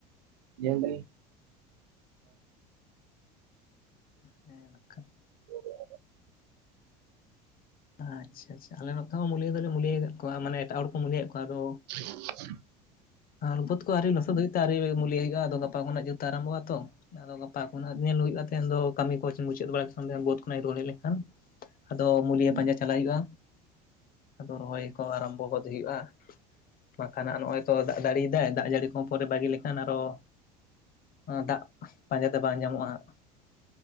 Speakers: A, on the right (about 80°); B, on the left (about 45°).
A: ᱧᱮᱞ ᱫᱟᱹᱧ᱾
B: ᱦᱮᱸ ᱱᱟᱠᱷᱟᱱ᱾
A: ᱦᱮᱞᱳ
B: ᱟᱪᱪᱷᱟ ᱟᱪᱪᱷᱟ ᱟᱞᱮ ᱱᱚᱛ ᱦᱚᱸ ᱢᱩᱞᱤᱭᱟᱹ ᱫᱚᱞᱮ ᱢᱩᱞᱤᱭᱟᱹ ᱟᱠᱟᱫ ᱠᱚᱣᱟ ᱢᱟᱱᱮ ᱮᱴᱟᱜ ᱦᱚᱲ ᱠᱚ ᱢᱩᱞᱤᱭᱮᱫ ᱠᱚᱣᱟ ᱟᱫᱚ
A: <unintelligible>
B: ᱟᱨ ᱵᱟᱹᱫᱽᱠᱚ ᱟᱣᱨᱤ ᱞᱚᱥᱚᱫ ᱦᱩᱭᱩᱜ ᱛᱮ ᱟᱣᱨᱤ ᱢᱩᱞᱭᱟ. ᱦᱩᱭᱩᱜᱼᱟ ᱟᱫᱚ ᱜᱟᱯᱟ ᱠᱷᱚᱱᱟᱜ ᱡᱚᱨᱛᱮ ᱟᱨᱟᱢᱵᱚ-ᱟ ᱛᱚ᱾ ᱟᱫᱚ ᱜᱟᱯᱟ ᱠᱷᱚᱱᱟᱜ ᱧᱮᱞ ᱦᱩᱭᱩᱜᱼᱟ ᱛᱮᱦᱮᱧ ᱫᱚ ᱠᱟᱹᱢᱤ ᱠᱚᱪ ᱢᱩᱪᱟᱹᱫ ᱵᱟᱲᱟ <unintelligible> ᱵᱟᱹᱫ ᱠᱷᱚᱱᱟᱜ ᱤᱧ ᱨᱩᱣᱟᱹᱲ ᱦᱮᱡ ᱞᱮᱱᱠᱷᱟᱱ ᱟᱫᱚ ᱢᱩᱞᱤᱭᱟᱹ
A: ᱦᱩᱸ
B: ᱯᱟᱸᱡᱟ ᱪᱟᱞᱟᱜ ᱦᱩᱭᱩᱜᱼᱟ᱾ ᱟᱫᱚ ᱨᱚᱦᱚᱭ ᱠᱚ ᱟᱨᱟᱢᱵᱚ ᱜᱚᱫ ᱦᱩᱭᱩᱜᱼᱟ ᱵᱟᱠᱷᱟᱱ ᱦᱟᱸᱜ ᱱᱚᱜᱼᱚᱭ ᱛᱚ ᱫᱟᱜ ᱡᱟᱲᱤᱭᱫᱟᱭ ᱫᱟᱜ ᱡᱟᱹᱲᱤ ᱠᱚ ᱯᱚᱨᱮ ᱵᱟᱹᱜᱤ ᱞᱮᱠᱷᱟᱱ ᱟᱨᱚ ᱫᱟᱜ ᱯᱟᱸᱡᱟ ᱛᱮ ᱵᱟᱝ ᱧᱟᱢᱚᱜᱼᱟ ᱦᱟᱸᱜ